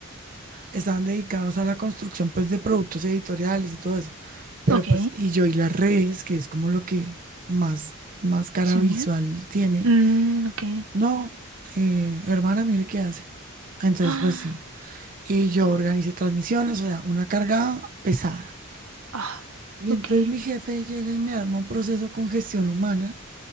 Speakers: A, on the right (about 40°); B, on the right (about 65°).
A: estaban dedicados a la construcción pues de productos editoriales y todo eso. Pero
B: ok.
A: pues y yo y las redes, que es como lo que más más cara
B: Se
A: visual
B: mueve.
A: tiene.
B: Mm, ok.
A: No,
B: <gasps>
A: eh, hermana, mire qué hace. Entonces,
B: Ah,
A: pues sí. Y yo organicé transmisiones, o sea, una carga pesada.
B: ah,
A: Y
B: ok.
A: entonces mi jefe llega y me arma un proceso con gestión humana